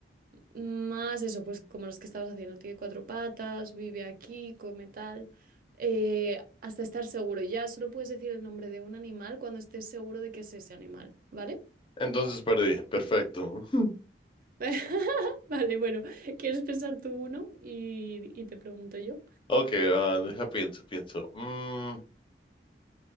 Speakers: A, on the right; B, on the left.
A: Más eso, pues como los que estabas haciendo, tiene cuatro patas, vive aquí, come tal, eh, hasta estar seguro. Ya solo puedes decir el nombre de un animal cuando estés seguro de que es ese animal, ¿vale?
B: Entonces perdí. Perfecto. <laughs>
A: <laughs> Vale, bueno, ¿quieres pensar tú uno y, y te pregunto yo?
B: Ok, ah, deja pienso, pienso. Mm,